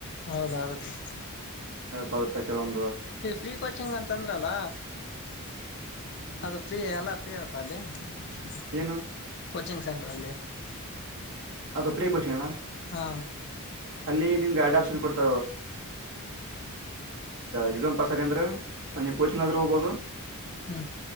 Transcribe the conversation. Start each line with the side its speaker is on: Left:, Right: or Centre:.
Left: ಹೌದ ಆಗುತ್ತೆ
Right: ಬತ ಕೆಲಮ
Left: ನೀ ಫ್ರೀ ಕೋಚಿಂಗ್ ಅಂತ ಅಂದ್ರಲ್ಲ ಅದು ಫ್ರೀ ಅಲ್ಲ <inaudible>
Right: ಏನು
Left: ಕೋಚಿಂಗ್ ಸೆಂಟರ್ ಅಲ್ಲಿ
Right: ಅದು ಪ್ರಿಯ ಕೋಚಿಂಗನಾ
Left: ಹಾ
Right: ಅಲ್ಲ ನಿ ಡಪ್ನ್ ಕೊಡ್ತ ಎಕ್ಸಾಮ್ ಪಾಸ್ ಅಂದ್ರೆ ಕೋಚಿಂಗ್ ಆದ್ರೂ ಹೋಗಬಹದು
Left: ಹ್ಮ